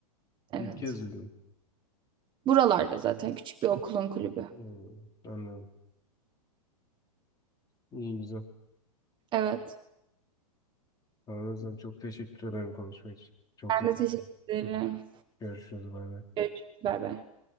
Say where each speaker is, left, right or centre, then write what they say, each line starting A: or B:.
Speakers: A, on the right; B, on the left.
A: Evet.
B: İlk kez duydum.
A: Buralarda zaten küçük bir okulun kulübü.
B: Hmm. Anladım. İyi güzel.
A: Evet.
B: Tamam o zaman çok teşekkür ederim konuşma için. Çok
A: Ben
B: zevkli.
A: de teşekkür ederim.
B: Görüşürüz. Bay bay.
A: Görüşürüz. Bay bay.